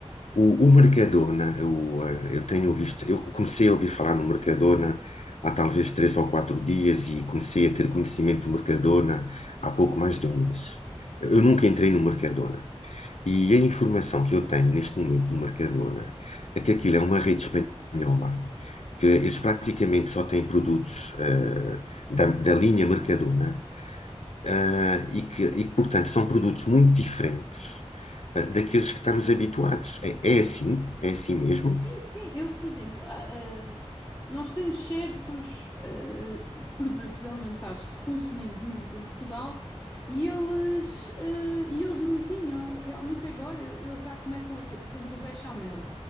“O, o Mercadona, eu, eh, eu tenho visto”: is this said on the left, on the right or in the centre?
Left